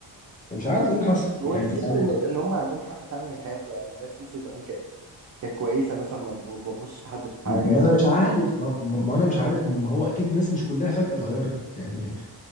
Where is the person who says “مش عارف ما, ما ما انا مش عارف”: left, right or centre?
Left